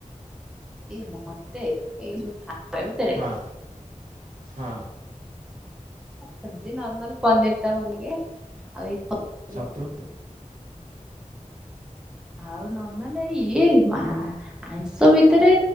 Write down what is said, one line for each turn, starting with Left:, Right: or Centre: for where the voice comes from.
Centre: କି ମଟେ ଏଇ ଯୋଉ ଖାଇବା ଭିତରେ
Right: ହଁ ହଁ
Centre: ସବଜି ନର୍ମାଲ ପନିର ଟା ଭଲକି ଆଉ ଏ
Right: ଛତୁ
Centre: ଆଉ ନର୍ମାଲି ଇଏ ମା ଆଇଁଷ ଭିତରେ